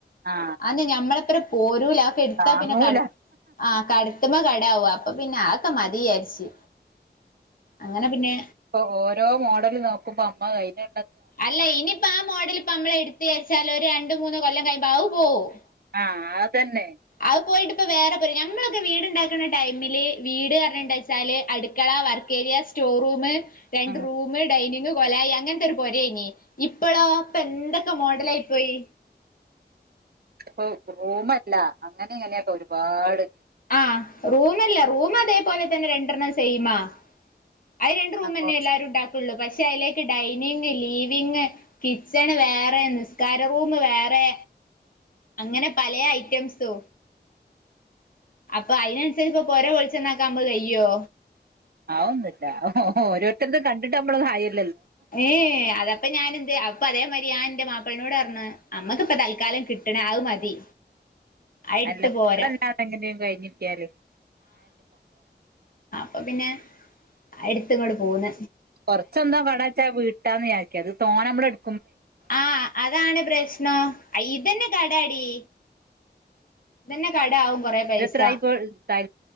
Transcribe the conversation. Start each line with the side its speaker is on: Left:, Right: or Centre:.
Right: ആ
Left: അന്ന് ഞമ്മളത്ര പോരൂല അതൊക്കെ എടുത്താ
Right: താങ്ങൂല
Left: പിന്നെ കട ആ കടത്തുമ്മ ക ടാവും അപ്പൊ പിന്നെ അതൊക്കെ മതി വിചാരിച്ചു അങ്ങനെ പിന്നെ
Right: ഇപ്പൊ ഓരോ മോഡല് നോക്കുമ്പോ അമ്മ കഴിഞ്ഞ
Left: അല്ല ഇനിയിപ്പോ ആ മോഡൽ ഇപ്പം നമ്മള് എടുത്തു വിചാരിച്ചാൽ ഒരു രണ്ട് മൂന്ന് കൊല്ലം കഴിയുമ്പോ അതു പോകും
Right: ആ അതന്നെ
Left: അത് പോയിട്ട് ഇപ്പ വേറെ വരും ഞമ്മളൊക്കെ വീട് ഉണ്ടാക്കുന്ന ടൈമില് വീട് പറഞ്ഞിട്ട് വെച്ചാല് അടുക്കള വർക്ക് ഏരിയ സ്റ്റോർ റൂമ് രണ്ട്
Right: ഉം
Left: റൂമ് ഡൈനിങ് കൊലായി അങ്ങനത്തെ ഒരു പൊരയിനി ഇപ്പളോ ഇപ്പം എന്തൊക്കെ മോഡലായി പോയി
Right: ഇപ്പൊ റൂമല്ല അങ്ങനെ ഇങ്ങനെയൊക്കെ ഒരുപാട്
Left: ആ റൂമല്ല റൂം അതേപോലെ തന്നെ രണ്ടെണ്ണം സെയിമാ അത് രണ്ട് റൂം
Right: അങ്ങോ
Left: തന്നെ എല്ലാരും ഉണ്ടാക്കുള്ളൂ പക്ഷെ അതിലേക്ക് ഡൈനിങ്ങ് ലിവിംഗ് കിച്ചണ് വേറെ നിസ്കാര റൂമ് വേറെ അങ്ങനെ പല ഐറ്റംസോ അപ്പൊ അയിനനുസരിച്ച് ഇപ്പൊ പൊര പൊളിച്ച് നന്നാക്കാൻ നമ്മള് ചെയ്യോ
Right: ആവുന്നില്ല ഓ ഓരോരുത്തരത്ത് കണ്ടിട്ട് നമ്മള് <unintelligible>
Left: ഏ അതപ്പൊ ഞാന് എന്ത് അപ്പൊ അതേ മാതിരി ഞാന് എന്റെ മാപ്പിളേനോട് പറഞ്ഞ ഞ്ഞ് അമ്മക്കിപ്പം തൽക്കാലം കിട്ടണ അത് മതി അത് എടുത്ത്
Right: അല്ല
Left: പോരാ
Right: അതെല്ലാമെങ്ങനേം കഴിഞ്ഞിട്ടിയാല് <unintelligible>
Left: അപ്പ പിന്നെ അടുത്തങ്ങോട് പോകുന്ന
Right: കൊറച്ചെന്താ കടാച്ചാ വീട്ടാന്ന് വിചാരിക്കാം ഇത് തോന നമ്മള് എടു
Left: ആ അതാണ് പ്രശ്നം ഇതന്നെ കടാടി ഇതന്നെ കടാവും കൊറെ പൈസ
Right: ഇതെത്രായിപ്പോ ത